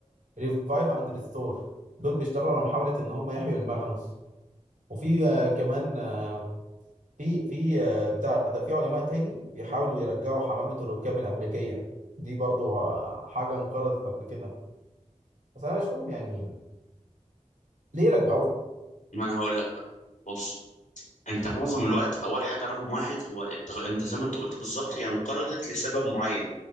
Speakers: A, on the right (about 80°); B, on the left (about 85°).
A: ريفايف اند ريستور دول بيشتغلوا على محاوله ان هم يحيوا الماموث وفي آه، كمان آه، في في آه، بتاع ده في علماء تاني بيحاولوا يرجعوا حمامة الركاب الأمريكية دي برضو آه، حاجة انقرضت قبل كده بس أنا مش فاهم يعني ليه رجعوه؟
B: ما انا هقول لك بقى بص انت معظم الوقت اول حاجه رقم واحد هو التغ... انت زي ما انت قلت بالظبط هي انقرضت لسبب معين